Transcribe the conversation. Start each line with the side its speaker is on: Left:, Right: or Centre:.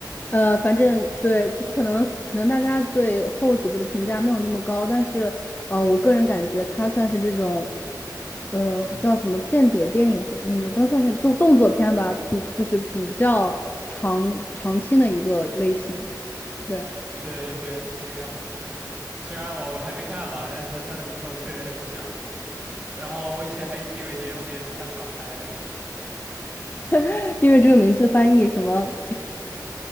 Left: 呃，反正对这个可能是可能大家对后几部的评价没有那么高，但是呃，我个人感觉它算是这种呃叫什么间谍电影，或嗯也不能算是动动作片吧，比就是比较长长青的一个类型。对。
Right: 对对对，是这个样子。虽然我还没看吧，但是它的名头确实很响。然后我以前还一直以为《碟中谍》是香港拍的，
Left: <laughs> 因为这个名字翻译什么？